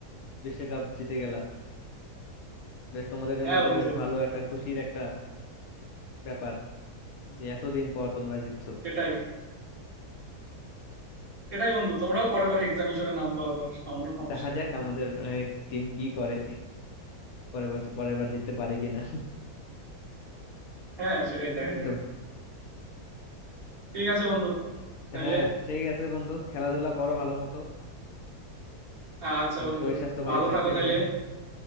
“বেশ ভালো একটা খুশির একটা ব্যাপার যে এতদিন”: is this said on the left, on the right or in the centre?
Left